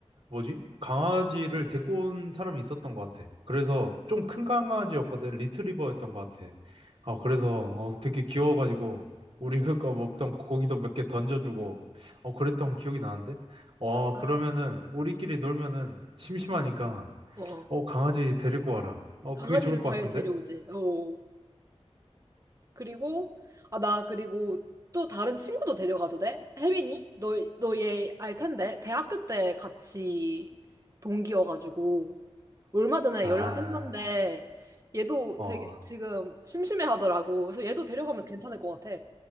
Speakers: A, on the right; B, on the right.
A: 뭐지? 강아지를 데리고 온 사람이 있었던 것 같아. 그래서 좀 큰 강아지였거든. 리트리버였던 것 같아. 어, 그래서 어, 되게 귀여워가지고 우리 그거 먹던 고기도 몇 개 던져주고 어, 그랬던 기억이 나는데. 와,
B: 아.
A: 그러면은 우리끼리 놀면은 심심하니까
B: 어, 어.
A: 어, 강아지 데리고 와라. 어,
B: 강아지도
A: 그게 좋을 것
B: 잘
A: 같은데?
B: 데려오지. 어. 어. 그리고, 아, 나 그리고 또 다른 친구도 데려가도 돼? 혜빈이? 너, 너 얘 알 텐데. 대학교 때 같이 동기여가지고. 얼마 전에
A: 아,
B: 아, 연락했는데, 얘도
A: 어,
B: 되게 지금 심심해 하더라고. 그래서 얘도 데려가면 괜찮을 것 같아.